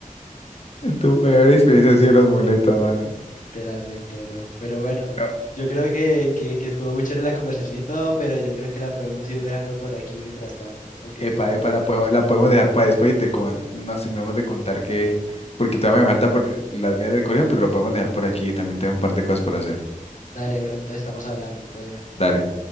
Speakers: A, on the left (about 45°); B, on the left (about 70°).
A: Tu peor experiencia ha sido las muletas, mano.
B: Literalmente, bro. Pero bueno,
A: No.
B: yo creo que, que, que estuvo muy chévere la conversación y todo, pero yo creo que la podemos ir dejando por aquí mientras tanto. ¿O qué
A: Epa,
B: te parece?
A: epa, la podemos, la podemos dejar para después y te con- nos terminamos de contar que, porque todavía me falta por las mías del colegio, pero lo podemos dejar por aquí, también tengo un par de cosas por hacer.
B: Dale, bro, entonces estamos hablando, todo bien.
A: Dale.